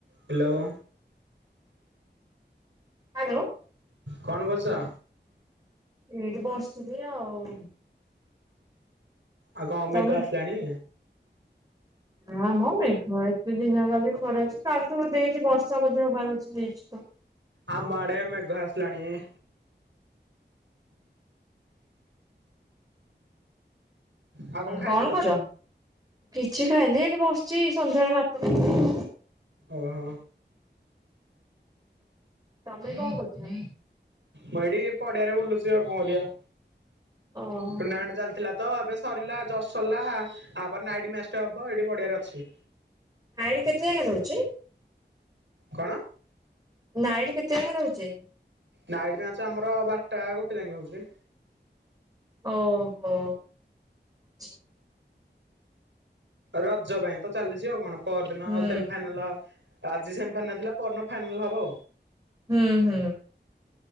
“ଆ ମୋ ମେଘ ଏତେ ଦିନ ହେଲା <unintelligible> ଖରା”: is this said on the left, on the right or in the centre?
Right